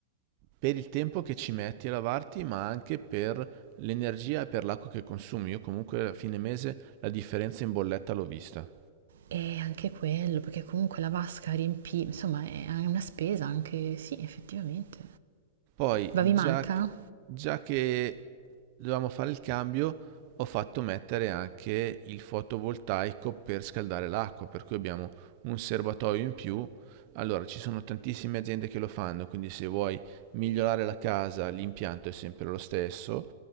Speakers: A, on the right; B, on the right.
A: per il tempo che ci metti a lavarti, ma anche per l'energia e per l'acqua che consumi. Io comunque a fine mese la differenza in bolletta l'ho vista.
B: E anche quello, perché comunque la vasca riempì, insomma, è una spesa anche, sì, effettivamente.
A: Poi,
B: Ma vi
A: già,
B: manca?
A: già che dovevamo fare il cambio, ho fatto mettere anche il fotovoltaico per scaldare l'acqua, per cui abbiamo un serbatoio in più. Allora, ci sono tantissime aziende che lo fanno, quindi se vuoi migliorare la casa, l'impianto è sempre lo stesso.